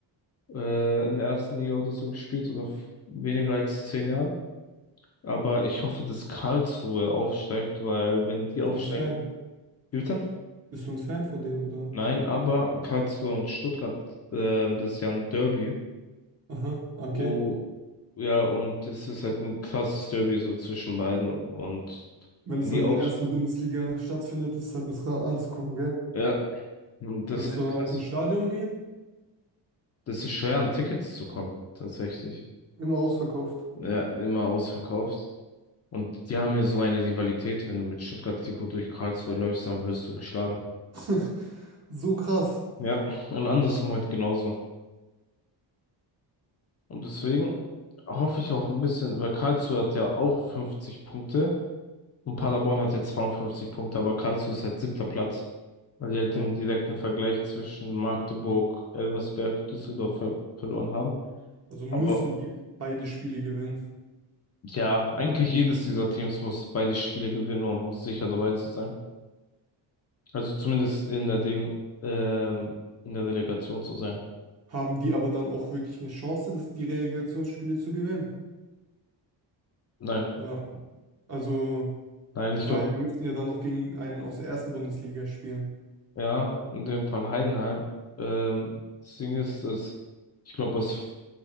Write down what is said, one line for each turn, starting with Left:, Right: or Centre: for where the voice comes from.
Left: äh, in der ersten Liga oder so gespielt oder f- weniger als zehn Jahren. Aber ich hoffe, dass Karlsruhe aufsteigt, weil wenn die
Right: Bist
Left: aufsteigen,
Right: du ein Fan?
Left: Wie bitte?
Right: Bist du ein Fan von denen, oder?
Left: Nein, aber Karlsruhe und Stuttgart, ähm, das ist ja ein Derby.
Right: Aha, okay.
Left: Oh, ja, und das ist halt ein krasses Derby so zwischen beiden. Und
Right: Wenn
Left: wenn
Right: es
Left: die
Right: dann in
Left: auf,
Right: der ersten Bundesliga stattfindet, ist es halt das Rad anzugucken, gell?
Left: ja, und das
Right: Willst
Left: ist halt
Right: du dann
Left: krass.
Right: auch ins Stadion gehen?
Left: Das ist schwer, an Tickets zu kommen, tatsächlich.
Right: Immer ausverkauft.
Left: Ja, immer ausverkauft. Und die haben ja so eine Rivalität, wenn du mit Stuttgart-Trikot durch Karlsruhe läufst, dann wirst du geschlagen.
Right: <laughs> So krass.
Left: Ja, und andersrum halt genauso. Und deswegen hoffe ich auch ein bisschen, weil Karlsruhe hat ja auch 50 Punkte. Und Paderborn hat jetzt 52 Punkte, aber Karlsruhe ist halt siebter Platz. Weil die halt
Right: Ja,
Left: den direkten Vergleich zwischen Magdeburg, Elversberg und Düsseldorf ver verloren haben.
Right: also müssen
Left: Aber
Right: die beide Spiele gewinnen.
Left: ja, eigentlich jedes dieser Teams muss beide Spiele gewinnen, um sicher dabei zu sein. Also zumindest in der Ding, ähm, in der Relegation zu sein.
Right: Haben die aber dann auch wirklich eine Chance, das, die Relegationsspiele zu gewinnen?
Left: Nein,
Right: Wa- Also,
Left: nein, ich
Right: weil
Left: glaube,
Right: die müssen ja dann noch gegen einen aus der ersten Bundesliga spielen.
Left: Ja, in dem Fall Heidenheim. Ähm, das Ding ist, dass ich glaube, es,